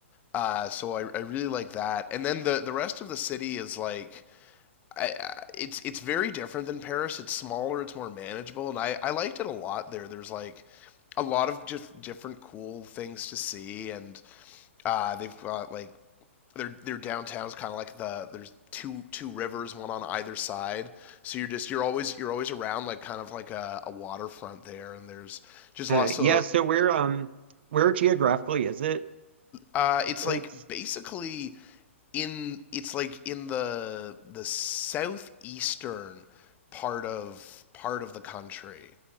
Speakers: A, on the left; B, on the right.
A: Uh, so I, I really like that, and then the the rest of the city is like I, I- it's it's very different than Paris. It's smaller, it's more manageable, and I, I liked it a lot there. There's like a lot of just different cool things to see, and uh, they've got like their their downtown's kind of like the there's two two rivers, one on either side. So you're just you're always you're always around like kind of like a, a waterfront there, and there's just
B: Uh,
A: lots
B: yeah,
A: of
B: so where um where geographically is it
A: uh,
B: in
A: it's
B: France?
A: like basically in it's like in the the southeastern part of part of the country.